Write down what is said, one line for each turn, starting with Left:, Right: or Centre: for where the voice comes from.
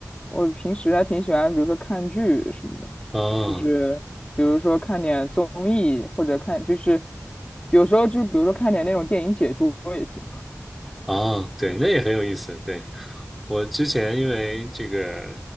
Left: 我平时还挺喜欢，比如说看剧什么的，
Centre: 哦
Left: 就是比如说看点综艺或者看，就是有时候就是比如说看点那种电影解说也行。
Centre: 哦，对，那也很有意思，对，我之前因为这个，